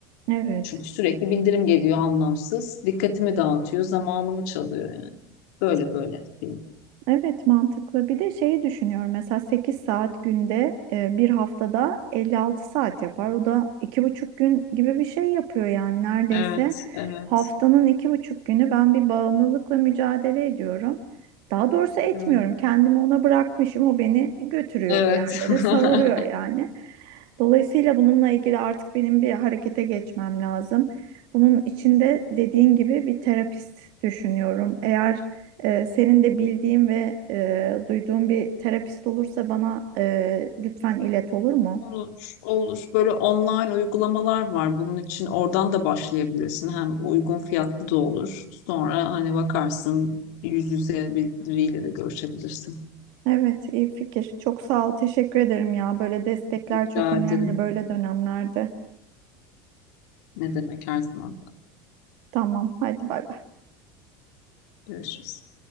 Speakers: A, on the right; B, on the left.
A: Evet.
B: Çünkü sürekli bildirim geliyor anlamsız. Dikkatimi dağıtıyor, zamanımı çalıyor yani. Böyle böyle. benim.
A: Evet mantıklı. Bir de şeyi düşünüyorum. Mesela 8 saat günde e, bir haftada 56 saat yapar. O da iki buçuk gün gibi bir şey yapıyor yani neredeyse.
B: Evet, evet,
A: Haftanın iki buçuk günü ben bir bağımlılıkla mücadele ediyorum. Daha doğrusu etmiyorum.
B: evet.
A: Kendimi ona bırakmışım. O beni götürüyor
B: Evet.
A: bir yerlere,
B: <laughs>
A: savuruyor yani. Dolayısıyla bununla ilgili artık benim bir harekete geçmem lazım. Bunun içinde dediğin gibi bir terapist düşünüyorum. Eğer ee, senin de bildiğin ve e, duyduğun bir terapist olursa bana e, lütfen ilet olur mu?
B: Olur, olur. Böyle online uygulamalar var bunun için. Oradan da başlayabilirsin. Hem uygun fiyatlı da olur. Sonra hani bakarsın yüz yüze biriyle de görüşebilirsin.
A: Evet, iyi fikir. Çok sağ ol, teşekkür ederim ya. Böyle destekler
B: Rica
A: çok önemli
B: ederim.
A: böyle dönemlerde.
B: Ne demek her zaman.
A: Tamam, hadi bay bay.
B: Görüşürüz.